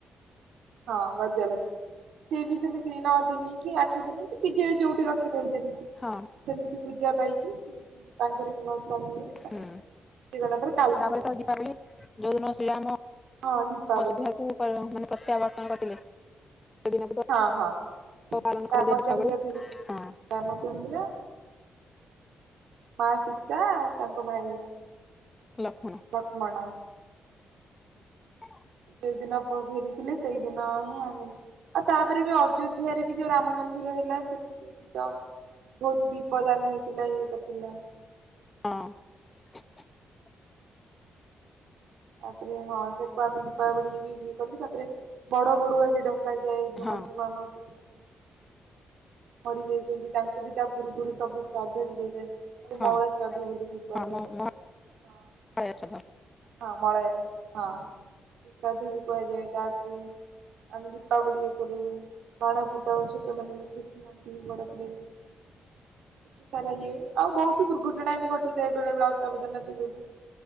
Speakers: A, on the right; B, on the left.
A: ହଁ ଗଜଲକ୍ଷ୍ମୀ। ସେଇ ବି ସେମିତି ନଅ ଦିନି କି ଆଠ ଦିନି କି ଯିଏ ଯୋଉଠି ରଖି <unintelligible>
B: ହଁ।
A: ସେମିତି ପୂଜା ପାଇକି ସିଏ ବି ତାଙ୍କର ବି ଭସାଣି ହୁଏ।
B: ହୁଁ
A: ସେ ଗଲା ପରେ କାଳୀ।
B: ତାପରେ ତ ଦୀପାବଳି ଯୋଉଦିନ ଶ୍ରୀରାମ
A: ହଁ ଦୀପାବଳି
B: ଅଯୋଧ୍ୟାକୁ <unintelligible> ମାନେ ପ୍ରତ୍ୟାବର୍ତ୍ତନ କରିଥିଲେ। ସେ ଦିନକୁ
A: ହଁ ହଁ
B: ତ ପାଳନ
A: ରାମଚନ୍ଦ୍ର
B: କରାଯାଏ ଦୀପାବଳୀ।
A: ଫେରି
B: ହଁ।
A: ରାମଚନ୍ଦ୍ର ମା ସୀତା ଆଉ ତାଙ୍କ ଭାଇ
B: ଲକ୍ଷ୍ମଣ।
A: ଲକ୍ଷ୍ମଣ।
B: ହୁ।
A: ଯୋଉ ଦିନ <unintelligible> ଫେରିଥିଲେ ସେଇଦିନ ହିଁ ଆମେ ଆଉ ତାପରେ ବି ଅଯୋଧ୍ୟାରେ ବି ଯୋଉ ରାମ ମନ୍ଦିର ହେଲା ସେ <unintelligible> ଭଉତୁ ଦୀପ ଦାନ ହେଇଥିଲା ଇଏ କରିଥିଲା।
B: ହଁ।
A: ତାପରେ ହଁ ସେକୁ ଆମେ ଦୀପାବଳି ବି ବିଏ କଲୁ ତାପରେ ବଡ଼ ବଡ଼ୁଆ ବି ଡ କୁହାଯାଏ ଯୋଉ
B: ହଁ
A: ମାନେ ସବୁ ଆମ ପିତୃ ମରି ଯାଇଚନ୍ତି ତାଙ୍କୁ ବି ତା ପୂର୍ବରୁ ସବୁ ଶ୍ରାଦ୍ଧ ବି ଦିଆଯାଏ। ତାକୁ
B: ହଁ
A: ମଉଳା ଶ୍ରାଦ୍ଧ ବୋଲି ବି କୁହାଯାଏ।
B: ହଁ ମୋ ମୋ
A: ହଁ
B: ଶ୍ରାଦ୍ଧ
A: ହଁ ମଳ ହଁ ଶ୍ରାଦ୍ଧ ବି କୁହାଯାଏ ତାପରେ ଆମେ ଦୀପାବଳୀ ଏ କରୁ। ବାଣ ଫୁଟାଉ ଛୋଟମାନେ ବି ଖୁସି ହୁଅନ୍ତି ବଡ ପିଲା ବି ଖୁସି ଏତେ ସାରା ଇଏ ଆଉ ବହୁତୁ ଦୁର୍ଘଟଣା ବି ଘଟିଥାଏ ବେଳେ ବେଳେ ଅସାବଧାନତା ଯୋଗୁ।